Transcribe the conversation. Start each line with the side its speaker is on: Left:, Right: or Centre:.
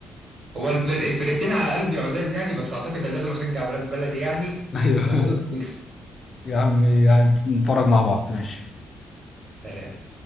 Right: هو الف- الفرقتين على قلبي عزاز يعني بس اعتقد ان لازم اشجع ولاد بلدي يعني
Left: ايوه
Right: وبقول لك نكسب
Left: <laughs> يا عم يعني نتفرج مع بعض ماشي
Right: سلام